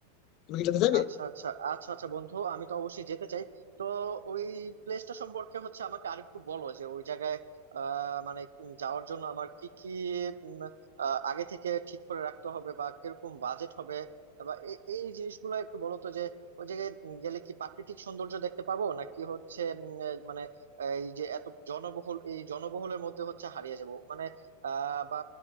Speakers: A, on the left (about 40°); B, on the right (about 65°).
A: তুমি কি যেতে চাইবে
B: আচ্ছা আচ্ছা আচ্ছা আচ্ছা বন্ধু আমি তো অবশ্যই যেতে চাই তো ওই প্লেসটা সম্পর্কে হচ্ছে আমাকে আরেকটু বলো যে ওই জায়গায় আহ মানে উম যাওয়ার জন্য আমার কি কি উম, আহ, আগে থেকে ঠিক করে রাখতে হবে বা কিরকম বাজেট হবে বা এই এই জিনিসগুলো একটু বলো তো যে ওই জায়গায় উম গেলে কি প্রাকৃতিক সৌন্দর্য দেখতে পাবো নাকি হচ্ছে উম, এই মানে আহ, এই যে এত জনবহুল এই জনবহুলের মধ্যে হচ্ছে হারিয়ে যাব মানে আহ বা